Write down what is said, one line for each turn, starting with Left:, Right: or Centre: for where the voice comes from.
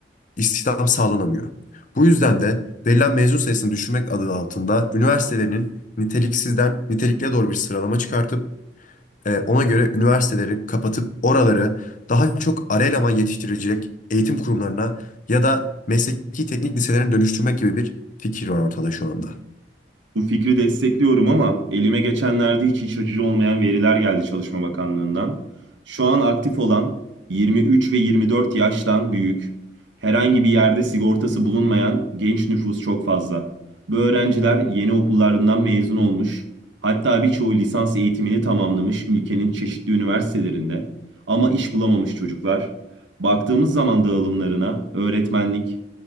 Left: istihdam sağlanamıyor. Bu yüzden de verilen mezun sayısını düşürmek adı altında üniversitelerinin niteliksizden nitelikliye doğru bir sıralama çıkartıp ee, ona göre üniversiteleri kapatıp oraları daha çok ara eleman yetiştirecek eğitim kurumlarına ya da mesleki teknik liselerine dönüştürmek gibi bir fikir var ortada şu anda.
Right: Bu fikri destekliyorum ama elime geçenlerde hiç iç açıcı olmayan veriler geldi Çalışma Bakanlığı'ndan. Şu an aktif olan 23 ve 24 yaştan büyük, herhangi bir yerde sigortası bulunmayan genç nüfus çok fazla. Bu öğrenciler yeni okullarından mezun olmuş, hatta birçoğu lisans eğitimini tamamlamış ülkenin çeşitli üniversitelerinde ama iş bulamamış çocuklar. Baktığımız zaman dağılımlarına öğretmenlik,